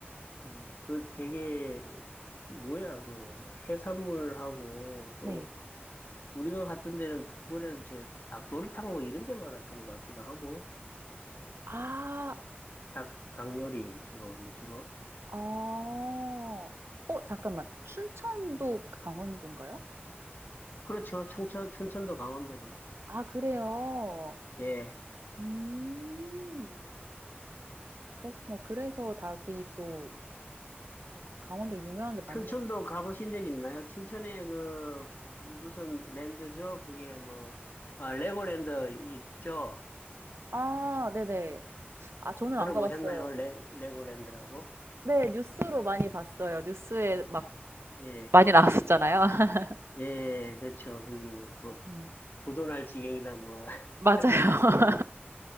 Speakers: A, on the left; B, on the right.
A: 음, 그 되게 뭐야 그 해산물하고 또
B: 네.
A: 우리가 갔던 데는 그거는 저 닭도리탕 뭐 이런 게 많았던 것 같기도 하고
B: 아.
A: 닭 닭요리 주로 위주로
B: 어. 어 잠깐만. 춘천도 강원도인가요?
A: 그렇죠 충천 춘천도 강원도죠
B: 아 그래요?
A: 예
B: 음. 그렇구나. 그래서 닭이 또 강원도 유명한 게 많네요.
A: 춘천도 가보신 적 있나요? 춘천에 그 무슨 랜드죠 그게 뭐 아, 레고랜드 있죠
B: 아 네네. 아 저는
A: 들어보셨나요?
B: 안 가 봤어요.
A: 레, 레고랜드라고
B: 네. 뉴스로 많이 봤어요. 뉴스에 막
A: 예
B: 많이 나왔었잖아요. <laughs>
A: 예 그렇죠 그게 뭐
B: 음.
A: 부도날 지경이다 뭐 <laughs>
B: 맞아요.